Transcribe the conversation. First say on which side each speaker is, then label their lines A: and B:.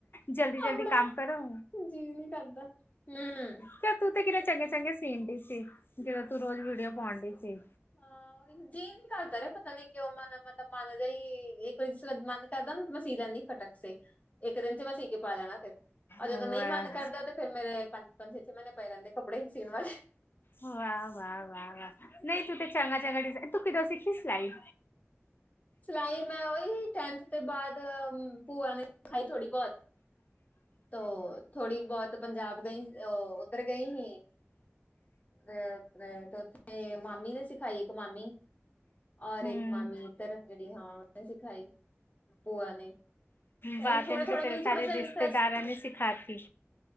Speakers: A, on the left; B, on the left.
A: ਜਲਦੀ ਜਲਦੀ
B: ਆਪਣਾ
A: ਕੰਮ
B: ਹੂੰ।
A: ਕਰੋ
B: ਜੀ ਨੀ ਕਰਦਾ, ਹੂੰ।
A: ਕਿਆ ਤੂੰ ਤੇ ਕਿੰਨੇ ਚੰਗੇ-ਚੰਗੇ ਸੀਨ ਡੀ ਸੀ, ਜਿਵੇਂ ਤੂੰ ਰੋਜ ਵੀਡੀਓ ਪੋਨ ਡੀ ਸੀ।
B: ਹਾਂ। ਜੀ ਨੀ ਕਰਦਾ ਜਿਆ ਪਤਾ ਨੀ ਕਿਉਂ ਮਨ ਮਤਬ ਮਨ ਜਾ ਈ ਇੱਕ ਵਾਰੀ ਜਿਸ ਮਨ ਕਰਦਾ ਨਾ ਮੈਂ ਸੀ ਲੈੰਦੀ ਆਂ ਫੱਟ ਟਕਸੇ ਇੱਕ ਦਿਨ ਚ ਮੈਂ ਸੀਕੇ ਪਾ ਜਾਣੈ ਹੋਰ ਜਦੋਂ
A: ਵਾਹ
B: ਨਈ ਮਨ ਕਰਦਾ ਤੇ ਫੇਰ ਮੇਰੇ ਪੰਜ-ਪੰਜ, ਛੇ-ਛੇ ਮੀਨੇ ਪਏ ਰੈੰਦੇ ਕੱਪੜੇ, ਸੀਨ ਵਾਲੇ।
A: ਵਾਅ-ਵਾਅ-ਵਾਅ-ਵਾਅ, ਨਈ ਤੂੰ ਤੇ ਚੰਗਾ-ਚੰਗਾ ਡਿਜੈਨ ਤੂੰ ਕਿਦੋਂ ਸਿੱਖੀ ਸਿਲਾਈ?
B: ਸਿਲਾਈ ਮੈਂ ਓਹੀ, ਟੈਨਥ ਦੇ ਬਾਦ ਭੂਆ ਨੇ ਸਿਖਾਈ ਥੋੜੀ ਬੌਤ ਤੋ ਥੋੜ੍ਹੀ ਬੌਤ ਪੰਜਾਬ ਗਈ ਓ ਓਧਰ ਗਈ ਹੀ? ਤੇ ਫੇਰ ਆਪਣੇ ਤੇ ਓਥੇ ਮਾਮੀ ਨੇ ਸਿਖਾਈ, ਇੱਕ ਮਾਮੀ ਔਰ
A: ਹੂੰ
B: ਇੱਕ ਮਾਮੀ ਤਰਨ ਜੇੜੀ ਹਾਂ ਓਨੇ ਸਿਖਾਈ। ਭੂਆ ਨੇ
A: ਵਾਹ,
B: ਇਹ ਥੋੜਾ
A: ਤੈਨ
B: ਥੋੜਾ
A: ਤੇ ਤੇਰੇ
B: ਮੈਨੂੰ ਥੋੜਾ
A: ਸਾਰੇ
B: ਜਿਹਾ
A: ਰਿਸਤੇਦਾਰਾਂ
B: ਇੰਟਰਸਟ
A: ਨੇ ਸਿਖਾਤੀ।